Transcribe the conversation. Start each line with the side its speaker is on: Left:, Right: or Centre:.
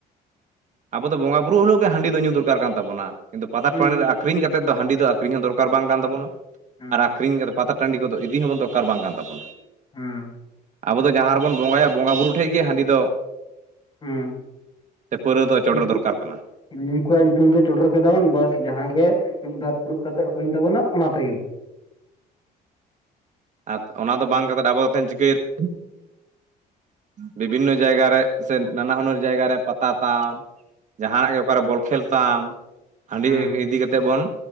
Right: ᱟᱵᱚ ᱫᱚ ᱵᱚᱸᱜᱟ ᱵᱩᱨᱩ ᱦᱤᱞᱳᱜ ᱜᱮ ᱦᱟᱺᱰᱤ ᱫᱚ ᱧᱩ ᱫᱚᱨᱠᱟᱨ ᱠᱟᱱ ᱛᱟᱵᱚᱱᱟ ᱠᱤᱱᱛᱩ ᱯᱟᱛᱟ
Left: ᱦᱩᱸ
Right: ᱴᱟᱺᱰᱤ ᱨᱮ ᱟᱠᱷᱨᱤᱧ ᱠᱟ ᱠᱟᱛᱮᱫ ᱫᱚ ᱦᱟᱺᱰᱤ ᱫᱚ ᱟᱠᱷᱨᱤᱧ ᱦᱚᱸ ᱫᱚᱨᱠᱟᱨ ᱵᱟᱝ ᱠᱟᱱ ᱛᱟᱵᱚᱱᱟ
Left: ᱦᱩᱸ
Right: ᱟᱨ ᱟᱠᱷᱨᱤᱧ ᱠᱟᱛᱮᱫ ᱯᱟᱛᱟ ᱴᱟᱺᱰᱤ ᱠᱚᱫᱚ ᱤᱫᱤ ᱦᱚᱸ ᱫᱚᱨᱠᱟᱨ ᱵᱟᱝ ᱠᱟᱱ ᱛᱟᱵᱚᱱᱟ
Left: ᱦᱮᱸ
Right: ᱟᱵᱚ ᱫᱚ ᱡᱟᱦᱟᱸ ᱨᱮᱵᱚᱱ ᱵᱚᱸᱜᱟᱭᱟ ᱵᱚᱸᱜᱟ ᱵᱩᱨᱩ ᱴᱷᱮᱡ ᱜᱮ ᱦᱟᱺᱰᱤ ᱫᱚ
Left: ᱦᱩᱸ
Right: ᱥᱮ ᱯᱟᱹᱣᱨᱟᱹ ᱫᱚ ᱪᱚᱰᱚᱨ
Left: ᱩᱱᱠᱩ
Right: ᱫᱚᱨᱠᱟᱨ ᱠᱟᱱᱟ
Left: ᱩᱱᱠᱩᱣᱟᱜ ᱧᱩᱛᱩᱢ ᱫᱚ ᱪᱚᱰᱚᱨ ᱠᱮᱫᱟᱵᱚᱱ ᱵᱟᱥ ᱡᱟᱦᱟᱸᱜ ᱜᱮ ᱢᱤᱫᱵᱟᱨ ᱯᱷᱩᱲᱩᱵ ᱠᱟᱛᱮᱜ ᱦᱩᱭᱮᱱ ᱛᱟᱵᱚᱱᱟ ᱚᱱᱟ ᱛᱮᱜᱮ
Right: ᱟᱨ ᱚᱱᱟ ᱫᱚ
Left: ᱦᱩᱸ
Right: ᱵᱟᱝ ᱠᱟᱛᱮ ᱟᱵᱚ ᱫᱚ ᱛᱟᱦᱮᱱ ᱪᱤᱠᱟᱹᱭᱮᱫ <inaudible> ᱵᱤᱵᱷᱤᱱᱱᱚ ᱡᱟᱭᱜᱟ ᱨᱮ ᱥᱮ ᱱᱟᱱᱟ ᱦᱩᱱᱟᱹᱨ ᱡᱟᱭᱜᱟ ᱨᱮ ᱯᱟᱛᱟ ᱛᱟᱢ, ᱡᱟᱦᱟᱱᱟᱜ ᱜᱮ ᱚᱠᱟᱨᱮ ᱵᱚᱞ ᱠᱷᱮᱞ ᱛᱟᱢ, ᱦᱟᱺᱰᱤ
Left: ᱦᱩᱸ
Right: ᱤᱫᱤ ᱠᱟᱛᱮᱫ ᱵᱚᱱ